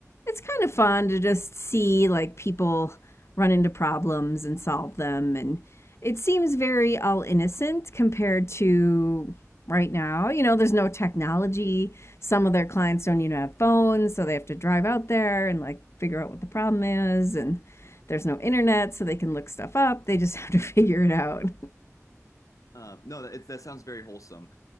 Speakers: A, on the left; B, on the left.
A: it's kind of fun to just see like people run into problems and solve them. And it seems very all innocent compared to right now. You know, there's no technology. Some of their clients don't even have phones, so they have to drive out there and like figure out what the problem is. And there's no internet, so they can look stuff up. They just <laughs> have to figure it out.
B: Uh, no, that, it, that sounds very wholesome.